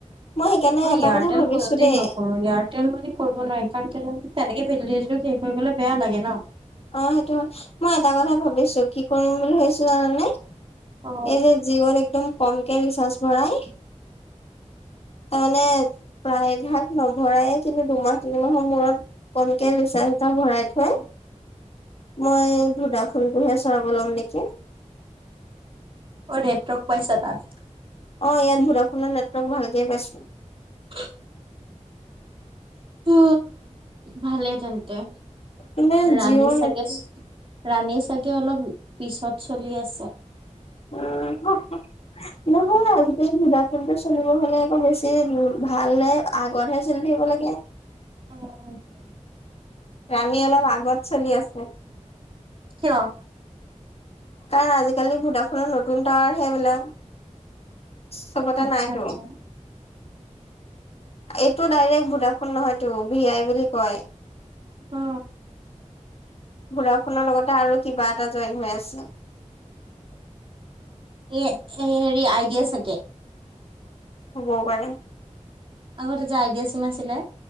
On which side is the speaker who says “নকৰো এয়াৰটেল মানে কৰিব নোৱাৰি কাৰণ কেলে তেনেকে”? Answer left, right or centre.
Right